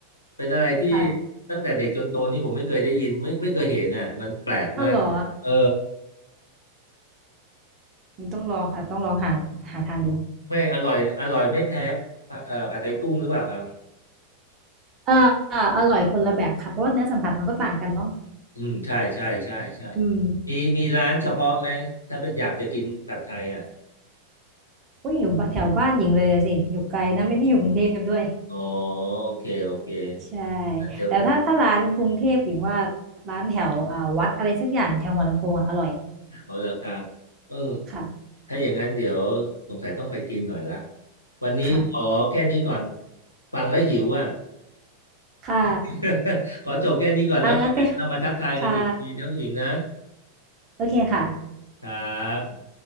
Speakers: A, on the left (about 85°); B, on the right (about 30°).
A: เป็นอะไรที่
B: ค่ะ
A: ตั้งแต่เด็กจนโตนี่ผมไม่เคยได้ยินไม่ไม่เคยเห็นอ่ะมันแปลกมากเออ
B: อ้าวเหรอมันต้องลองค่ะต้องลองหาหาทานดู
A: ไม่อร่อยอร่อยไม่แพ้เอ่อผัดไทยกุ้งหรือเปล่าครับ
B: เออเออาอร่อยคนละแบบค่ะเพราะว่าเนื้อสัมผัสมันก็ต่างกันเนาะ
A: อืมใช่ใช่ใช่ใช่
B: อืม
A: มีมีร้านเฉพาะไหมถ้าเป็นอยากจะกินผัดไทยอ่ะ
B: อยอยู่แถวบ้านหญิงเลยอะสิอยู่ไกลนะไม่ได้อยู่กรุงเทพด้วย
A: อ๋อโอเคโอเค
B: ใช่
A: งั้นเดี๋ยวผม
B: แต่ถ้าถ้าร้านกรุงเทพหญิงว่าร้านแถวอ่าวัดอะไรสักอย่างแถวหัวลำโพงอะอร่อย
A: เอาละครับเออ
B: ค่ะ
A: ถ้าอย่างนั้นเดี๋ยวสงสัยต้องไปกินหน่อยละวันนี้ขอแค่นี้ก่อน
B: ค่ะ
A: ฟังแล้วหิวอ่ะ
B: ค่ะ
A: <laughs> ขอจบแค่นี้ก่อนแล้วค่อยเรามาทักทายกันอีกทีนะคุณหญิงนะ
B: อ่างั้นไปค่ะโอเคค่ะ
A: ครับ